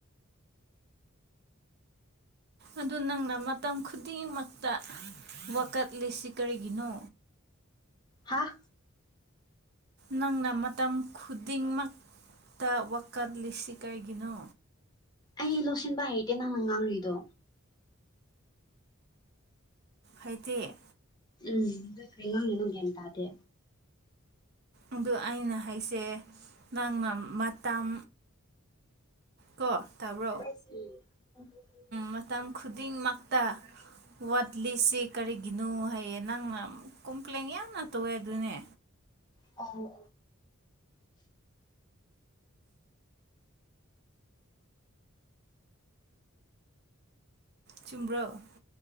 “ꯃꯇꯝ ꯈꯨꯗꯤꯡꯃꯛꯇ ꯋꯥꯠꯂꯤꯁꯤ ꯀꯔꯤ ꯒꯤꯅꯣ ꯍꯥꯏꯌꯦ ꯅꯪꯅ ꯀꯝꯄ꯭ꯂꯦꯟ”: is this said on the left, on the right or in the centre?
Right